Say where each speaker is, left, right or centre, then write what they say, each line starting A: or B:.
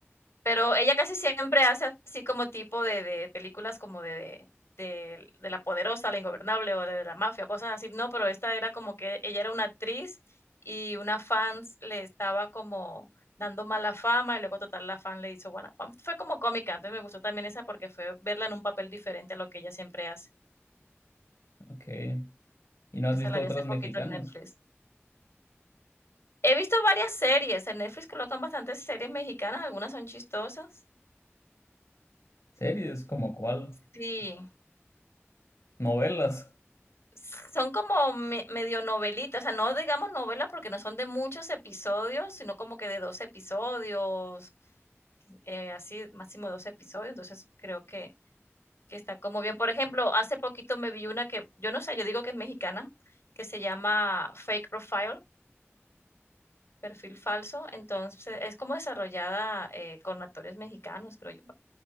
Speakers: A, on the left (about 60°); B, on the left (about 90°).
A: Pero ella casi siempre hace así como tipo de de películas como de de de La Poderosa, La Ingobernable o de la mafia, cosas así, no, pero esta era como que ella era una actriz y una fan le estaba como dando mala fama y luego total la fan le hizo buena fama. Fue como cómica, entonces me gustó también esa porque fue verla en un papel diferente a lo que ella siempre hace.
B: Ok. ¿Y no has
A: Esa
B: visto
A: la vi
B: otras
A: hace poquito
B: mexicanas?
A: en Netflix. He visto varias series, en Netflix colocan bastantes series mexicanas, algunas son chistosas.
B: Series, como cuál?
A: Sí,
B: Novelas.
A: son como me medio novelitas, o sea, no digamos novelas porque no son de muchos episodios, sino como que de 2 episodios, eh, así, máximo 2 episodios, entonces creo que que está como bien. Por ejemplo, hace poquito me vi una que, yo no sé, yo digo que es mexicana, que se llama Fake Profile, perfil falso, entonces es como desarrollada, eh, con actores mexicanos, creo yo.